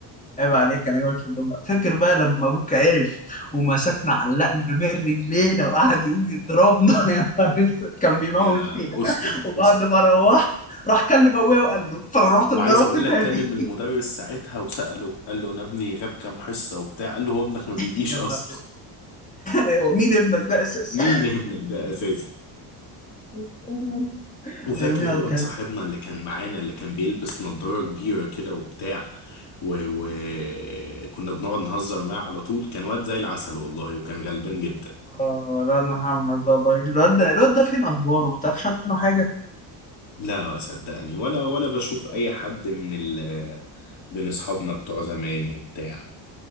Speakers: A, on the left; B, on the left.
A: عيب عليك انا جامد في الدم ده فاكر بقى لما ابوك عرف ومسكنا علقنا من رجلينا وقعد يقوم يضربنا <laughs> يا نهار اسود كان بيموت
B: يا
A: فينا
B: اسكت
A: وبعد
B: اسكت
A: ما روحت راح كلم ابويا وقال له فرحت
B: وعايز
A: اتضربت
B: أقول لك
A: تاني
B: كلم المدرس ساعتها وسأله قال له أنا ابني غاب كام حصة وبتاع قال له هو ابنك ما بيجيش
A: <laughs> يا
B: أصلا
A: نهار اسود أيوة، مين ابنك ده اساسا
B: <laughs> مين ابنك ده أساسا
A: يا نهار اسود.
B: وفاكر
A: انا يوميها
B: الواد
A: كان
B: صاحبنا اللي كان معانا اللي كان بيلبس نضارة كبيرة كده وبتاع وكنا بنقعد نهزر معاه على طول كان واد زي العسل والله وكان غلبان جدا
A: اه الواد محمد والله الواد ده الواد ده فين اخباره ما تعرفش عنه حاجه
B: لا صدقني ولا ولا بشوف أي حد من ال من أصحابنا بتوع زمان وبتاع